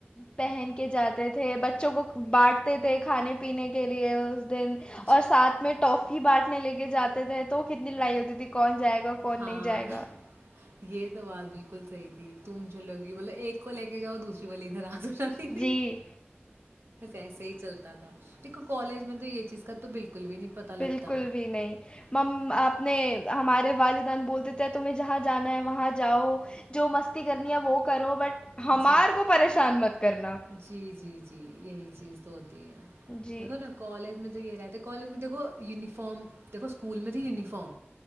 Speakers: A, on the left; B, on the right.
A: پہن کے جاتے تھے بچوں کو بانٹتے تھے کھانے پینے کے لیے دن
B: جی
A: اور ساتھ میں ٹافی ہی بانٹنے لے کے جاتے تھے تو کتنی لڑائی ہوتی تھی کون جائے گا کون
B: ہاں
A: نہیں جائے گا
B: یہ تو بات بالکل صحی تھی تم چےوگی مطلب ایک کو لے کے جاؤ دوسرے راز سی
A: جی
B: ایسے ہی چلتا تھا دیکھو کالج میں تو یہ چیز کا تو بالکل بھی نہیں پتہ لگتا
A: بالکل بھی نہیں مم آپ نے ہمارے والدین بول دی تھے تمہیں جہاں جانا ہے وہاں جاؤ جو مستی کرنی ہے وہ کرو بٹ ہمارے
B: جی
A: کو پریشان مت کرنا
B: جی جی جی یہی چیز تو ہوتی ہے
A: جی
B: دیکھو نا کالج میں تو گ رہا ہے تو کالج میں دھو یوننیفارم دیکو سکول میں تو یوننیفارم